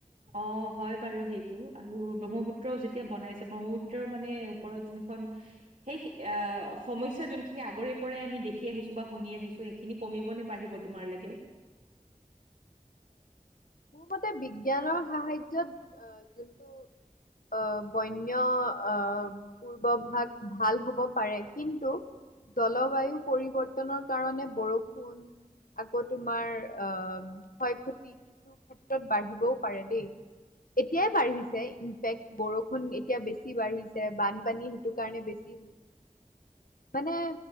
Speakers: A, on the right (about 65°); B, on the left (about 85°).
A: অ হয় বাৰু সেইটো আৰু ব্ৰহ্মপুত্ৰও যেতিয়া বনাইছে ব্ৰহ্মপুত্ৰও মানে ওপৰত যোনখন। সেই আহ সমস্যা যোনখিনি আগৰে পৰাই আমি দেখি আহিছো বা শুনি আহিছো। সেই খিনি কমিব নে বাঢ়িব তোমাৰ লাগে।
B: মোৰ মতে বিজ্ঞানৰ সাহাৰ্য্যত যোনটো, অ বন্য অ, পূৰ্বভাগ ভাল হ'ব পাৰে কিন্তু জলবায়ু পৰিৱৰ্তনৰ, কাৰণে বৰষুণ আকৌ তোমাৰ অ ক্ষয় ক্ষতি কিছু, ক্ষেত্ৰত বাঢ়িবও পাৰে দেই, এতিয়াই বাঢ়িছে ইনফেক্ট বৰষুণ এতিয়া বেছি বাঢ়িছে বানপানী সেইটো কাৰণে বেছি, মানে,